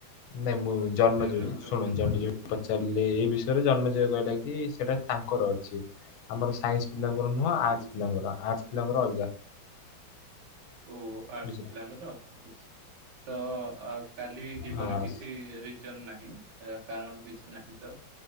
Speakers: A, on the left; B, on the right.
A: ନାଇଁ ମୁଁ
B: ଚିନ୍ତାଗ୍ରସ୍ତ
A: ଜନ୍ମଯୟ ଶୁଣ
B: ହୁଅନ୍ତୁନି
A: ଜନ୍ମଯୟ ପଚାରିଲେ ଏ ବିଷୟରେ। ଜନ୍ମଯୟ କହିଲା କି ସେଟା ତାଙ୍କର ଅଛି। ଆମର ସାଇନ୍ସ ପିଲାଙ୍କର ନୁହଁ ଆର୍ଟସ ପିଲାଙ୍କର। ଆର୍ଟସ ପିଲାଙ୍କର ଅଲଗା।
B: ଓ ଆର୍ଟ୍ସ୍
A: ବୁଝିଲେ
B: ପିଲାଙ୍କର ଆଛା। ତ ଅ କାଲି ଯିବାର
A: ହଁ।
B: କିଛି ରିଜନ ନାହିଁ। ୟା କାରଣ କିଛି ନାହିଁ ତ?